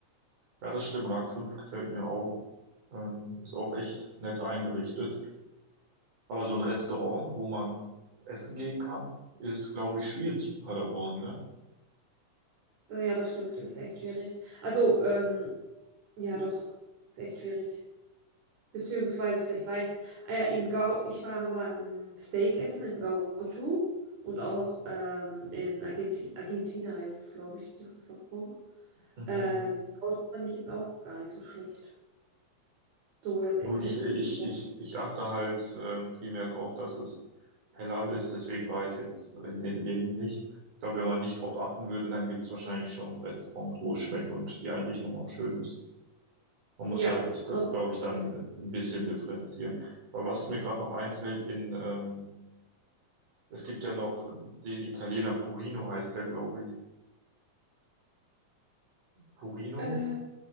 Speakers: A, on the right (about 75°); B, on the right (about 60°).
A: Ja, das stimmt, Mark fünf gefällt mir auch. Ähm, ist auch echt nett eingerichtet. Aber so ein Restaurant, wo man essen gehen kann, ist, glaube ich, schwierig in Paderborn, ne?
B: Ja, das stimmt, ist echt schwierig. Also, ähm, ja, doch, ist echt schwierig. Beziehungsweise, vielleicht war ich, ah ja, in Gau, ich war aber ähm, Steak essen in Gaucho und auch ähm, in Argenti Argentina heißt es, glaube ich, das Restaurant.
A: Mhm.
B: Äh, Gaucho fand ich jetzt auch gar nicht so schlecht. Sowohl das
A: Gut, ich,
B: Essen
A: ich,
B: als auch.
A: ich, ich achte halt ähm, primär drauf, dass es halal ist, deswegen war ich jetzt in den Läden nicht. Ich glaube, wenn man nicht drauf achten würde, dann gibt's wahrscheinlich schon Restaurants, wo es schmeckt und die Einrichtung auch schön ist. Man
B: Ja,
A: muss halt das,
B: auch.
A: glaube ich, dann ein bisschen differenzieren. Aber was mir gerade noch einfällt, in, ähm, es gibt ja noch den Italiener Purino heißt der, glaube ich. Purino,
B: Äh,